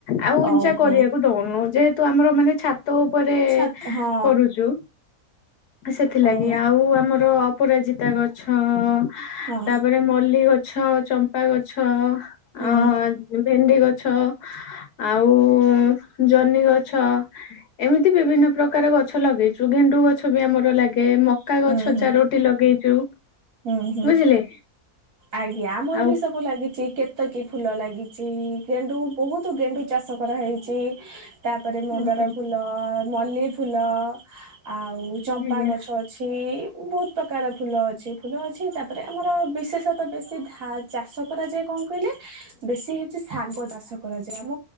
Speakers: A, on the left; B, on the right.
A: ଆଉ ଉଞ୍ଚା
B: ଓହୋ
A: କରିଆକୁ ଦଉନୁ ଯେ ତୁ ଆମର ମାନେ ଛାତ ଉପରେ
B: ଛାତ ହଁ
A: କରୁଛୁ ସେଥିଲାଗି
B: ଓହୋ
A: ଆଉ ଆମର ଅପରାଜିତା ଗଛ ତାପରେ
B: ହଁ
A: ମଲ୍ଲି ଗଛ ଚମ୍ପା ଗଛ
B: ହୁଁ
A: ଆ ଭେଣ୍ଡି ଗଛ ଆଉ ଜହ୍ନି ଗଛ ଏମିତି ବିଭିନ୍ନ ପ୍ରକାର ଗ ଗଛ ଲଗେଇଚୁ ଗେଣ୍ଡୁ ଗଛ ବି ଆମର ଲାଗେ ମକା
B: ହୁଁ
A: ଗଛ
B: ହୁଁ ହୁଁ
A: ଚାରୋଟି ଲଗେଇଛୁ।
B: ହୁଁ ହୁଁ
A: ବୁଝିଲେ
B: ଆଜ୍ଞା ଆମର
A: ଆଉ
B: ବି ସବୁ ଲାଗିଛି କେତେ କି ଫୁଲ ଲାଗିଛି ଗେଣ୍ଡୁ ବହୁତ ଗେଣ୍ଡୁ ଚାଷ କରାହେଇଛି ତାପରେ ମନ୍ଦାର
A: ଆଜ୍ଞା
B: ଫୁଲ ମଲ୍ଲି ଫୁଲ ଆଉ ଚମ୍ପା
A: ଆଜ୍ଞା।
B: ଗଛ ଅଛି ବହୁତ ପ୍ରକାର ଫୁଲ ଅଛି ଫୁଲ ଅଛି ତାପରେ ଆମର ବିଶେଷ ବେଶୀ ଧ ଚାଷ କରାଯାଏ କଣ କହିଲେ ବେଶୀ ହେଉଛି ସାଗ ଚାଷ କରାଯାଏ ଆମ